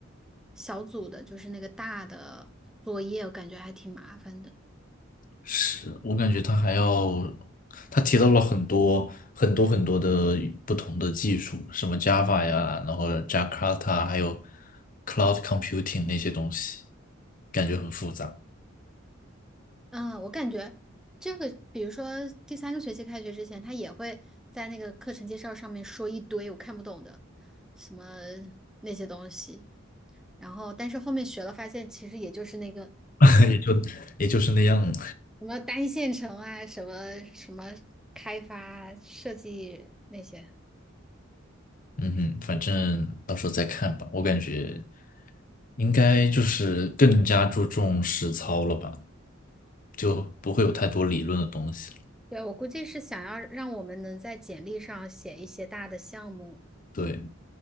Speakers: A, in the centre; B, on the left (about 40°).
A: 小组的，就是那个大的作业，我感觉还挺麻烦的。
B: 是，我感觉他还要，他提到了很多很多很多的不同的技术，什么 Java 呀，然后 Jakarta，还有 Cloud Computing 那些东西，感觉很复杂，
A: 嗯，我感觉这个，比如说第三个学期开学之前，他也会在那个课程介绍上面说一堆我看不懂的什么那些东西。然后但是后面学了，发现其实也就是那个
B: <laughs> 也就也就是那样了。
A: 什么单线程啊，什么什么开发设计那些。
B: 嗯哼，反正到时候再看吧。我感觉应该就是更加注重实操了吧。就不会有太多理论的东西了。
A: 对，我估计是想要让我们能在简历上写一些大的项目，
B: 对，